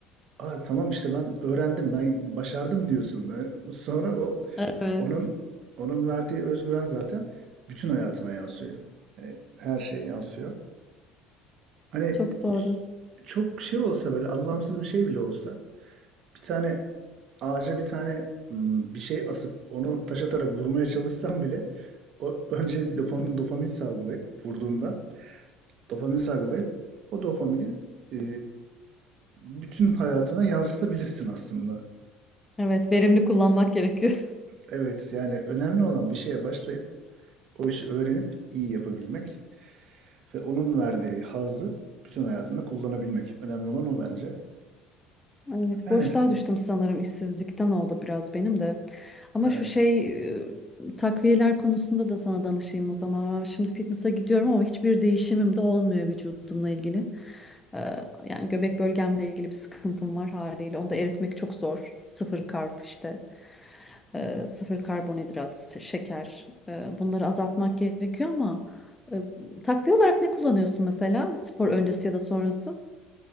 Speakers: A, on the right; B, on the left.
A: Aa, tamam işte ben öğrendim ben başardım diyorsun. E, Sonra o
B: Evet,
A: onun onun verdiği özgüven zaten bütün hayatına yansıyor. Yani her şeye yansıyor. Hani
B: çok doğru.
A: çok şey olsa böyle anlamsız bir şey bile olsa bir tane ağaca bir tane m, bir şey asıp onu taş atarak vurmaya çalışsam bile o önce dopamin, dopamin salgılayıp vurduğunda dopamin salgılayıp o dopamini e, bütün hayatına yansıtabilirsin aslında.
B: Evet, verimli kullanmak gerekiyor.
A: Evet yani önemli olan bir şeye başlayıp o işi öğrenip iyi yapabilmek ve onun verdiği hazzı bütün hayatında kullanabilmek. Önemli olan o bence.
B: Evet,
A: Yani
B: boşluğa düştüm sanırım işsizlikten oldu biraz benim de. Ama
A: evet.
B: şu şey e, takviyeler konusunda da sana danışayım o zaman. Şimdi fitness'a gidiyorum ama hiçbir değişimim de olmuyor vücudumla ilgili. Ee, yani göbek bölgemle ilgili bir sıkıntım var haliyle. Onu da eritmek çok zor. Sıfır karp işte. Ee, sıfır karbonhidrat, s- şeker. Ee, bunları azaltmak gerekiyor ama e, takviye olarak ne kullanıyorsun mesela spor öncesi ya da sonrası?